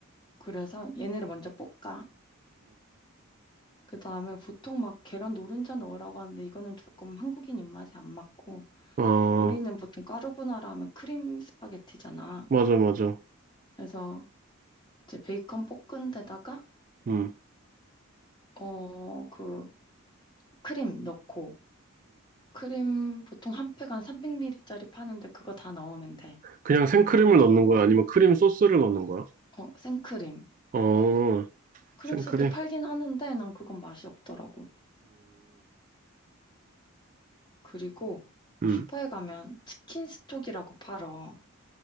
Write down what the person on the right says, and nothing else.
응어
맞아 맞아
응응
그냥 생크림을
넣는 거야? 아니면 크림 소스를 넣는 거야?
어
생크림
응응응아